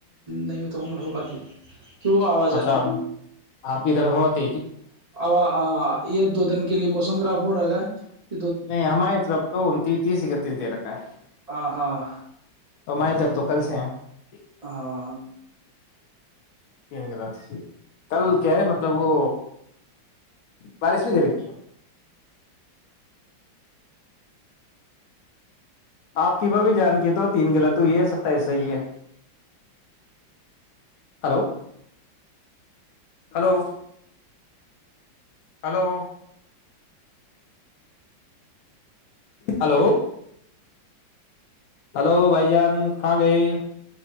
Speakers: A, on the right; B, on the left.
A: نہیں ہوتا وہمن ہو پاتی کہ وہ آواز
B: اچھا آپ کی طرف ہو ت
A: ا یہ دو دن کے لیے موسم گرب <inaudible>
B: نہیں ہماری طرف تو ان تیس اکتیس دے رکھا ہے
A: ہاں ہاں
B: تو ہماری طرف تو کل سے ہیں
A: <inaudible>
B: تینات کل کیا ہے مطلب وہ بارش بھی دیر کی ہے آپ کی ب بھی جان کے تو تین غلط ہو یہ ہے س ایسا ہی ہے ہلو <inaudible> ہلو ہلو ہلو بھائی جان کہاں گئے